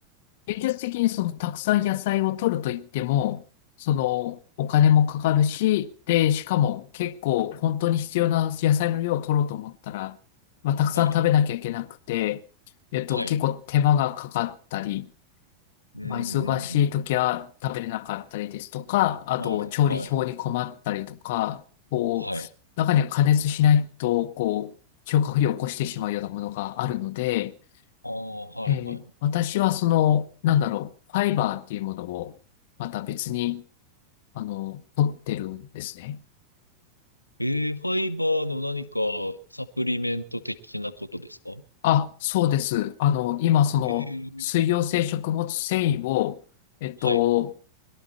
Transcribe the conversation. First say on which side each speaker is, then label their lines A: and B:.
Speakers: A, on the left; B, on the left.
A: 現実的にそのたくさん野菜を取ると言っても、そのお金もかかるし、で、しかも結構本当に必要な野菜の量を取ろうと思ったら、まあ、たくさん食べなきゃいけなくて、
B: はい。
A: えっと、
B: はい。
A: 結構手間がかかったり、
B: うんうんうん。
A: まあ、忙しい時は食べれなかったりですとか、あと調理表に困ったりとか、
B: はい。はい。
A: こう、
B: はい。
A: 中には加熱しないと、こう、消化不良を起こしてしまうようなものがあるので、
B: ああ、はい。
A: えー私はその、
B: はい。
A: なんだろう、ファイバーっていうものを、また別に、あの、取ってるんですね。
B: えー、ファイバーの何かサプリメント的なことですか
A: あ、そうです。あの、今、その、
B: えー、
A: 水溶性食物繊維を、えっと、
B: はい。